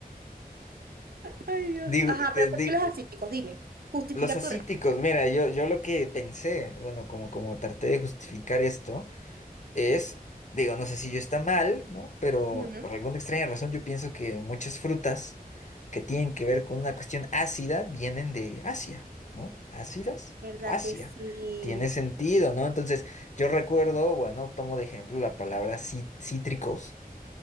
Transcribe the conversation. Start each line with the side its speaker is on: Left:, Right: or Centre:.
Right: Ay,
Left: <laughs>
Right: Dios.
Left: Digo,
Right: Ajá,
Left: eh,
Right: pero ¿por
Left: di-
Right: qué los asiáticos? Dime. Justifica
Left: los asíticos,
Right: tu respuesta.
Left: mira, yo, yo lo que pensé, bueno, como, como traté de justificar esto. es, digo, no sé si yo está mal, ¿no? Pero
Right: Ujú.
Left: por alguna extraña razón yo pienso que muchas frutas que tienen que ver con una cuestión ácida vienen de Asia, ¿no? Ácidas,
Right: ¿Verdad
Left: Asia.
Right: que sí?
Left: Tiene sentido, ¿no? Entonces, yo recuerdo, bueno, tomo de ejemplo la palabra cí- cítricos,